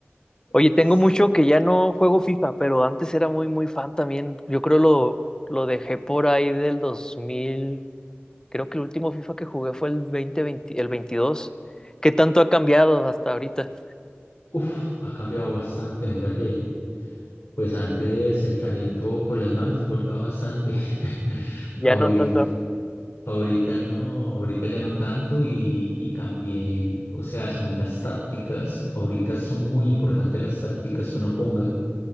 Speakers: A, on the left; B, on the left.
A: Oye,
B: Es-
A: tengo mucho que ya no juego FIFA, pero antes era muy, muy fan también. Yo creo lo, lo dejé por ahí del dos mil Creo que el último FIFA que jugué fue el 2020, el veintidós ¿Qué tanto ha cambiado hasta ahorita?
B: Uf, ha cambiado bastante. Mira que, pues antes el talento con las manos importaba bastante. <laughs>
A: Ya
B: Ahorita,
A: no tanto.
B: ahorita no, ahorita ya no tanto y, y también, o sea, son las tácticas. Ahorita son muy importantes las tácticas que uno ponga.